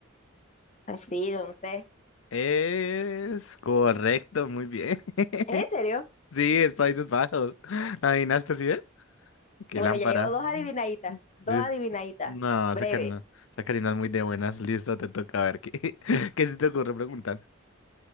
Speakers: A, on the left; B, on the left.
A: sí, yo no sé.
B: Es correcto, muy bien. <laughs>
A: ¿Es en serio?
B: Sí, es Países Bajos. ¿Adivinaste así, eh? Qué
A: Bueno,
B: lámpara.
A: ya llevo dos adivinaditas, dos
B: Listo.
A: adivinaditas,
B: No,
A: breve.
B: esa Karina, esa Karina es muy de buenas. Listo, te toca a ver qué, <laughs> qué se te ocurre preguntar.